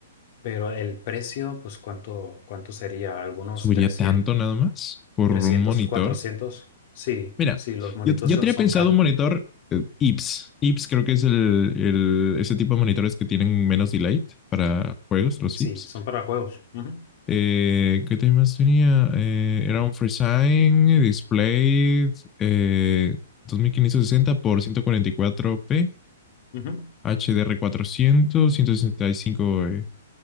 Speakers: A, on the left; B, on the left.
A: Pero el precio, pues, ¿cuánto, cuánto sería? Algunos
B: subiría
A: trescientos
B: tanto nada más por
A: 300
B: un monitor.
A: cuatrocientos Sí,
B: Mira,
A: sí, los monitores
B: yo, yo
A: son,
B: tenía
A: son
B: pensado
A: caros.
B: un monitor eh, IPS. IPS creo que es el, el- ese tipo de monitores que tienen menos delay para juegos, los
A: Sí,
B: IPS.
A: son para juegos. Ujú,
B: Eh, ¿qué te- tenía? Eh, era un FreeSign Display eh, 2560 por ciento cuarenta y cuatro p
A: ujú.
B: HDR400, 165 eh,